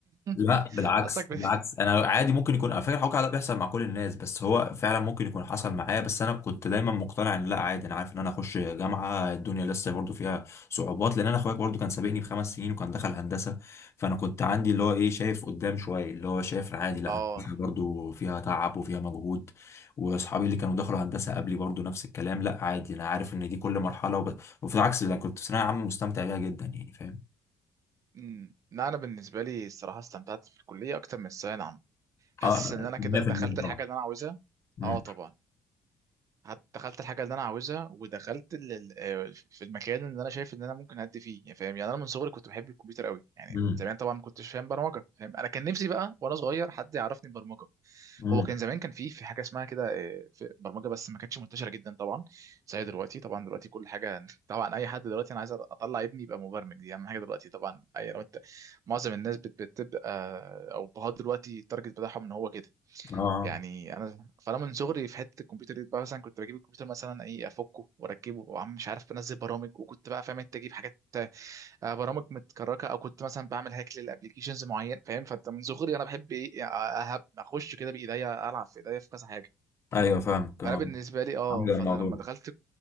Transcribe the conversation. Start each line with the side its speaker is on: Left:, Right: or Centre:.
Left: لا
Right: <laughs>
Left: بالعكس
Right: حاسسك
Left: بالعكس
Right: بت...
Left: انا عادي ممكن يكون على فكره الحكي ده بيحصل مع كل الناس بس هو فعلا ممكن يكون حصل معايا بس انا كنت دايما مقتنع ان لا عادي انا عارف ان انا اخش جامعه الدنيا لسه برضو فيها صعوبات لان انا اخويا برضو كان سابقني بخمس سنين وكان دخل هندسه فانا كنت عندي اللي هو ايه شايف قدام شويه اللي هو شايف عادي لا
Right: اه
Left: هندسة برضو فيها تعب وفيها مجهود واصحابي اللي كانوا دخلوا هندسه قبلي برضو نفس الكلام لا عادي انا عارف ان دي كل مرحله وب... وفي العكس لا كنت في ثانويه عامه مستمتع بيها جدا يعني فاهم
Right: امم لا انا بالنسبه لي الصراحه استمتعت في الكليه اكتر من الثانويه العامه حاسس
Left: اه
Right: ان انا
Left: 100%
Right: كده دخلت الحاجه
Left: طبعا
Right: اللي انا عاوزها
Left: امم
Right: اه طبعا هت- دخلت الحاجه اللي انا عاوزها ودخلت ال- ال- آه، في المكان اللي انا شايف ان انا ممكن ادي فيه يعني فاهم يعني انا من صغري كنت بحب الكمبيوتر قوي يعني
Left: امم.
Right: من زمان طبعا ما كنتش فاهم برمجه فاهم انا كان نفسي بقى وانا صغير حد يعرفني برمجه
Left: مم.
Right: هو كان زمان كان في في حاجه اسمها كده آه، في برمجه بس ما كانتش منتشره جدا طبعا زي دلوقتي طبعا دلوقتي كل حاجه <laughs> طبعا اي حد دلوقتي انا عايز اطلع ابني يبقى مبرمج دي اهم حاجه دلوقتي طبعا اي لو انت معظم الناس بت- بتبقى آه، او بهاد دلوقتي التارجت بتاعهم ان هو كده
Left: اه
Right: يعني انا فانا من صغري في حته الكمبيوتر دي بقى مثلا كنت بجيب الكمبيوتر مثلا ايه افكه واركبه وعم مش عارف بنزل برامج وكنت بقى فاهم انت اجيب حاجات آه، برامج متكركه او كنت مثلا بعمل هاك للابلكيشنز معين فاهم فانت من صغري انا بحب ايه آه، أهب- اخش كده بايديا العب في ايديا في كذا حاجه
Left: ايوه فاهمك اه
Right: فانا بالنسبه لي اه
Left: عامل
Right: فانا
Left: الموضوع
Right: لما دخلت